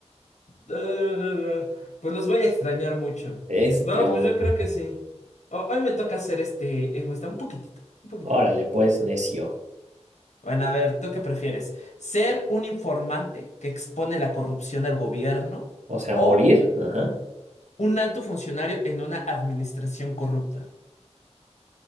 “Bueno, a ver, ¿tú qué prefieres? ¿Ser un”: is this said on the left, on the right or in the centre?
Left